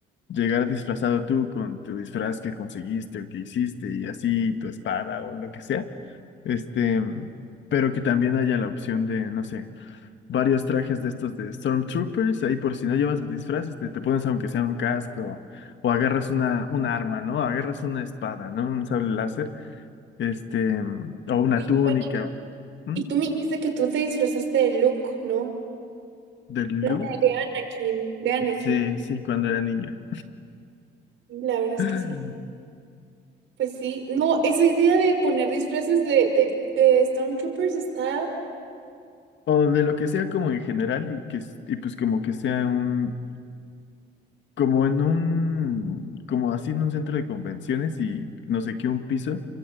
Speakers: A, on the left; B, on the right.
A: llegar disfrazado tú con tu disfraz que conseguiste o que hiciste y así tu espada o lo que sea. Este, pero que también haya la opción de, no sé, varios trajes de estos de Stormtroopers, ahí por si no llevas el disfraz, este, te pones aunque sea un casco o agarras una, un arma, ¿no? Agarras una espada, ¿no? Un sable láser este, o una
B: Oye,
A: túnica
B: Juani,
A: ¿m?
B: Y tú me dijiste que tú te disfrazaste de Luke, ¿no?
A: de Lu,
B: No, de Anakin, de Anakin.
A: sí, sí, cuando era niño.
B: Sí, La verdad es
A: <laughs>
B: que sí. Pues sí. No, esa idea de poner disfraces de, de, de Stormtroopers está
A: O de lo que sea como en general y que s- y pues como que sea un como en un como así en un centro de convenciones y no sé qué un piso